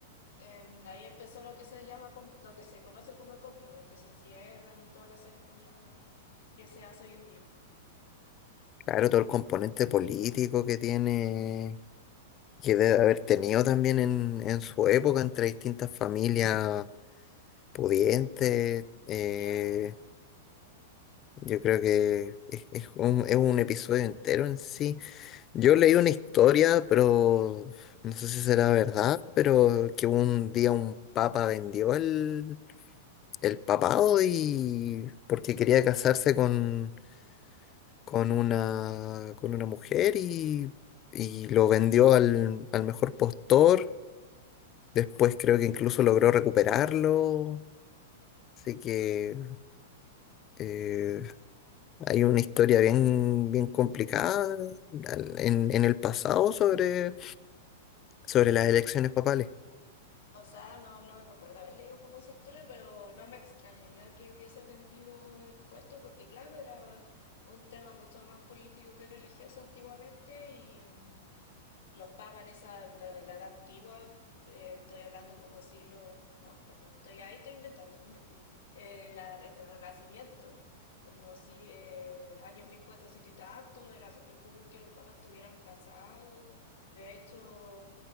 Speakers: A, on the left (about 70°); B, on the left (about 35°).
A: em, ahí empezó lo que se llama, con- lo que se conoce como el cónclave, que se encierran y todas las ceremonias que se hace hoy en día.
B: claro, todo el componente político que tiene. que debe haber tenido también en, en su época entre distintas familias pudientes. eh,
A: Claro,
B: yo creo que es, es un, es un episodio entero en sí. Yo leí una historia, pero no sé si será verdad, pero que un día un papa vendió el, el papado y porque quería casarse con, con una, con una mujer y, y lo vendió al, al mejor postor. Después creo que incluso logró recuperarlo. Así que eh, hay una historia bien, bien complicada al- en, en el pasado sobre, sobre las elecciones papales.
A: O sea, no, no recuerdo haber leído como esa historia, pero no me extrañaría que hubiese vendido el puesto, porque claro, era un tema mucho más político que religioso antiguamente y, los papas en esa, en la, en la edad antigua, eh, estoy hablando como siglo, no, perdón, estoy ahí, estoy inventando. <laughs> en la, en el Renacimiento, como si eh, años 1400 y tanto, era súper común que los papas estuvieran casados. De hecho,